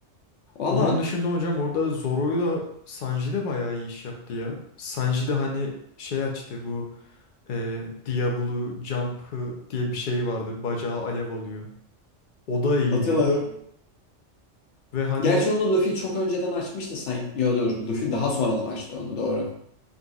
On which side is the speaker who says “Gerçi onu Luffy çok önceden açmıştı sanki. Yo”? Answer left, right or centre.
Left